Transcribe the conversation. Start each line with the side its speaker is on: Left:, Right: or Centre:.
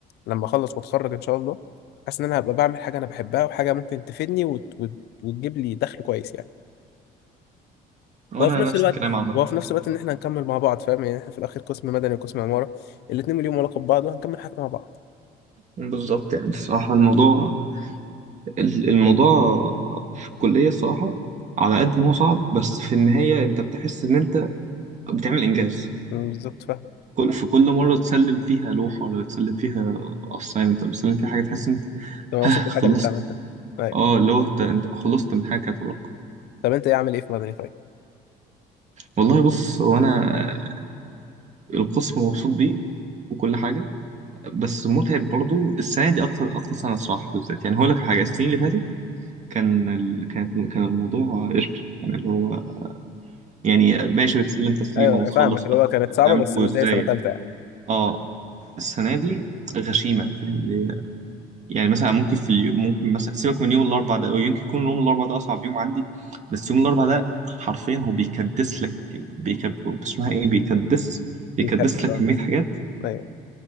Left: لما اخلص واتخرج ان شاء الله حاسس ان انا هبقى بعمل حاجة انا بحبها وحاجة ممكن تفيدني وت... وت... وتجيب لي دخل كويس يعني
Right: وانا
Left: وفي نفس
Right: نفس
Left: الوقت
Right: الكلام عامه
Left: وفي نفس الوقت ان احنا هنكمل مع بعض فاهم يعني احنا في الاخر قسم مدني وقسم عمارة الاتنين ليهم علاقة ببعض وهنكمل حياتنا مع بعض
Right: بالظبط يعني الصراحة الموضوع ال- الموضوع في الكلية الصراحة على قد ما هو صعب بس في النهاية أنت بتحس إن أنت بتعمل إنجاز
Left: بالظبط
Right: كل في كل مرة تسلم فيها لوحة ولا تسلم فيها assignment ولا تسلم فيها حاجة تحس أنت
Left: انا
Right: ها
Left: مبسوط بالحاجه
Right: خلصت
Left: اللي انت عملتها ايوه
Right: أه اللي هو أنت أنت خلصت من حاجة كانت وراك
Left: طب انت ايه عامل ايه في مدني طيب
Right: والله بص هو أنا القسم مبسوط بيه وكل حاجة بس متعب برضو السنة دي أكتر أكتر سنة الصراحة بالذات يعني هقول لك حاجة السنين اللي فاتت كان ال... كانت كان الموضوع قشطة يعني اللي هو يعني ماشي بتسلم تسليمه
Left: ايوه
Right: وتخلص
Left: انا فاهمك اللي
Right: لا،
Left: هو كانت صعبه
Right: تعمل
Left: بس
Right: كويزايه
Left: مش زي سنه ثالثه يعني
Right: اه السنه دي غشيمه فاهم اللي هي يعني مثلا ممكن في اليوم ممكن مثلا سيبك من يوم الاربع ده او يمكن يكون يوم الاربع ده اصعب يوم عندي بس يوم الاربع ده حرفيا هو بيكدس لك بيكب اسمها ايه بيكدس بيكدس
Left: في كبس
Right: لك
Left: اه
Right: كميه حاجات
Left: ايوه